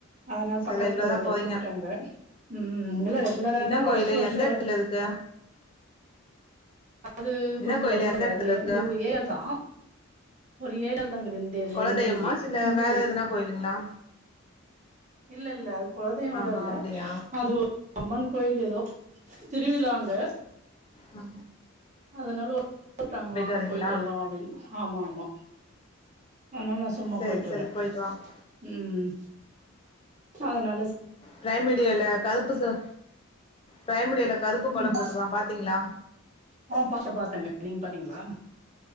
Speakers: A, on the right (about 35°); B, on the left (about 25°).
A: அதுனால
B: சரி
A: பக்கத்துல
B: ரெகுலரா
A: ஒர்தர்
B: போறீங்க.
A: கூப்ட்டாங்க நீங்கல்லா ரெகுலரான
B: என்ன
A: வர்ஷ
B: கோயிலு?
A: வர்ஷ
B: எந்த இடத்துல இருக்கு?
A: அது
B: என்ன
A: கொஞ்சோ
B: கோயிலு?
A: ரொம்ப
B: எந்த
A: ரேரு
B: இடத்துல இருக்கு?
A: இந்தவ் ஏயல் தா ஒரு ஏழல்தாங்கிது இந்தேலியே
B: குலதெய்வமா?
A: இந்தூர்லே
B: இல்ல
A: இந்தூரே
B: வேற எதுனா கோயிலுங்களா?
A: இல்லல்ல அது குலதெய்வல்லா
B: ஆஹா
A: இல்ல
B: அப்டியா?
A: அது ஒரு அம்மன் கோயில் எதோ திருவிழாங்க
B: ஆ
A: அதனால <inaudible> வாங்க
B: வரீங்களா?
A: போய்ட்டு வர்லா அப்டின் ஆமா ஆமா அத்னால் நா சும்மா
B: சரி,
A: போய்ட்டு
B: சரி
A: வறே
B: போயிட்டு வாங்க.
A: ம் அதனா
B: பிரைம் வீடியோல கர்ப்பு ச பிரைம் வீடியோல கருப்பு படோ
A: ம்
B: போட்ருக்கா பாத்தீங்ளா
A: ஆ பாத்த பாத்தேங்க நீங்க பாத்தீங்ளா